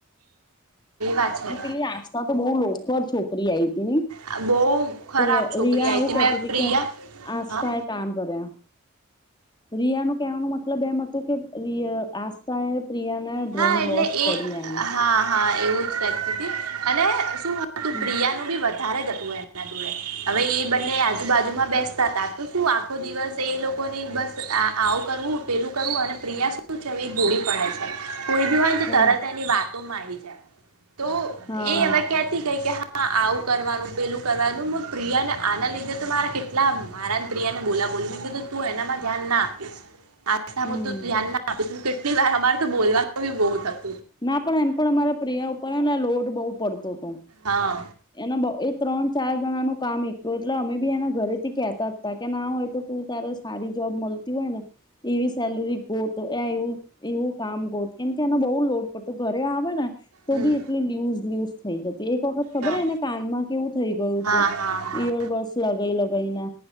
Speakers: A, on the right (about 85°); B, on the left (about 20°).
A: વાત છે
B: ને પેલી આસ્થા તો બોવ લોફર છોકરી આઈ
A: આ બહુ
B: <unintelligible>
A: ખરાબ છોકરી
B: રિયા આવું
A: આવી
B: કેતી
A: મેં
B: હતી
A: પ્રિયા
B: કે આસ્થા
A: હા
B: એ કાન ભર્યા. રિયા નુ કેવાનો મતલબ એમ હતું કે રીય આસ્થા એ પ્રિયાને
A: હા
B: બ્રેઇન
A: એટલે
B: વોશ
A: એ
B: કર્યું એમ
A: હા હા એવું જ કેહતી હતી અને શું
B: એમ
A: તું પ્રિયાનું બી વ વધારે જ હતું એના જોડે હવે એ બંને આજુબાજુમાં બેસતા હતા તો શું આખો દિવસ એ લો લોકોને બસ આ આવું કરવું પેલું કરવું અને પ્રિયા શું છે, એવી ભોડી પડે છે. કોઈ બી હોય તો
B: હા
A: તરત એની વાતોમાં આવી જાય તો
B: હા
A: એ અવે કેતી ગઈ કે હા હા આવું કરવાનું પેલું કરવાનું પ્રિયા ને આના લીધે તો મારા કેટલા મારાન પ્રિયા ને બોલા બોલ કીધું તુ એનામાં ધ્યાન ના આપીશ <unintelligible>
B: હમ
A: કેટલી વાર અમારે તો બોલવાનું બી બો થ
B: ના પણ એમ પણ અમારા પ્રિયા ઉપરને લોડ બહુ પડતોતો.
A: હા
B: એના બ એ ત્રણ ચાર જણાનું કામ એકલું એટલે અમે બી એના ઘરે થી કેતાતા કે ના હોય તો તું તા સારી જોબ મલતી હોય ને એવી સેલરી ગોત એવું એવું કામ ગોત કેમ કે એનો બહુ લોડ પડતો ઘરે આવે ને તો
A: હમ
B: બી એટલી લ્યુઝ લયુઝ થઈ જતી એક વ ખબરને
A: હા
B: કાનમાં કેવું થઈ ગયું તું
A: હા હા
B: ઈયરબડસ લગાઈ લગાઈને